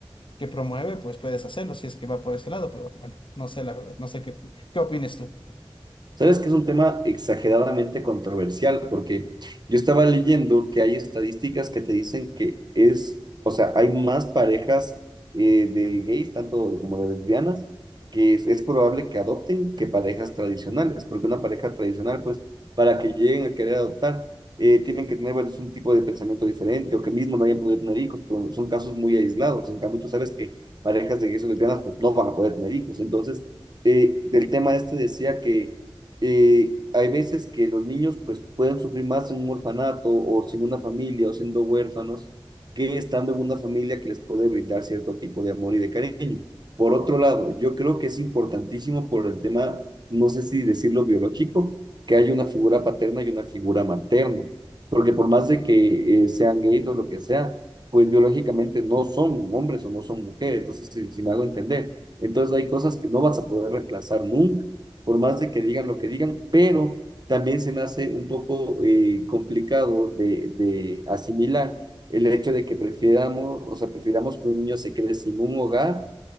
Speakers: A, on the left; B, on the right.
A: que promueve, pues puedes hacerlo si es que va por ese lado, pero bueno, no sé la verdad, no sé qué, qué opines tú.
B: Sabes que es un tema exageradamente controversial porque yo estaba leyendo que hay estadísticas que te dicen que es, o sea, hay más parejas eh, de gays, tanto de- como de lesbianas, que es, es probable que adopten que parejas tradicionales, porque una pareja tradicional, pues, para que lleguen a querer adoptar, eh, tienen que tener, bueno, es un tipo de pensamiento diferente o que mismo no hayan podido tener hijos, pero son casos muy aislados. En cambio, tú sabes que parejas de gays o lesbianas, pues, no van a poder tener hijos. Entonces, eh, del tema este decía que eh, hay veces que los niños pues pueden sufrir más en un orfanato o sin una familia o siendo huérfanos que estando en una familia que les puede brindar cierto tipo de amor y de cariño. Por otro lado, yo creo que es importantísimo por el tema, no sé si decirlo biológico, que hay una figura paterna y una figura materna, porque por más de que eh, sean gays o lo que sea, pues biológicamente no son hombres o no son mujeres, entonces si, si me hago entender, entonces hay cosas que no vas a poder reemplazar nunca por más de que digan lo que digan, pero también se me hace un poco eh, complicado de, de asimilar el hecho de que prefiramos, o sea, prefiramos que un niño se quede sin un hogar